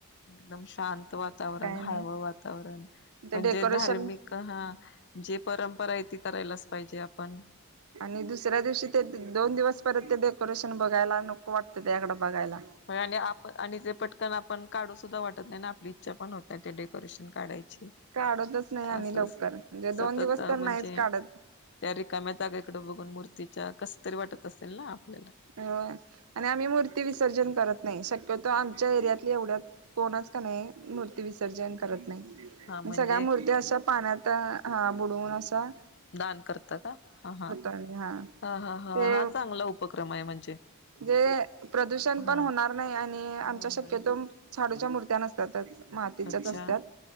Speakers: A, on the left (about 50°); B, on the right (about 80°).
A: एकदम शांत वातावरण हळवं
B: नाही
A: वा तावरण
B: ते
A: पण
B: डेकोरेशन
A: जे धार्मिक हा जी परंपरा आहे ती करायलाच पाहिजे आपण
B: आणि दुसऱ्या दिवशी ते दोन दिवस परत ते डेकोरेशन बघायला नको वाटतं त्याकडं बघायला
A: आणि आप आणि ते पटकन आपण काढू सुद्धा वाटत नाही आणि आपली इच्छा पण होतय ते डेकोरेशन काढायची
B: काढतच नाही आम्ही
A: अस
B: लवकर म्हणजे
A: सतत
B: दोन दिवस तर
A: म्हणजे
B: नाहीच काढत.
A: त्या रिकाम्या जागा इकड बघून मूर्ती तिच्या कस तरी वाटत असेल ना आपल्याला
B: अ आम्ही मूर्ती विसर्जन करत नाही शक्यतो आमच्या एरियातली एवढ्या कोणच कणी मूर्ती विसर्जन करत नाही
A: हा म्हणजे
B: सगळ्या मूर्ती अशा पाण्यात आता हा बुडवून असा
A: दान करत का ह हा
B: आम्ही हा
A: ह ह ह
B: ते
A: हा चांगला उपक्रम आहे म्हणजे.
B: जे प्रदूषण
A: हा
B: पण होणार नाही आणि आमच्या
A: होय
B: शक्यतो
A: होय होय
B: शाडूच्या मूर्ती त्या नसतातच मातीच्याच
A: अच्छा
B: असतात,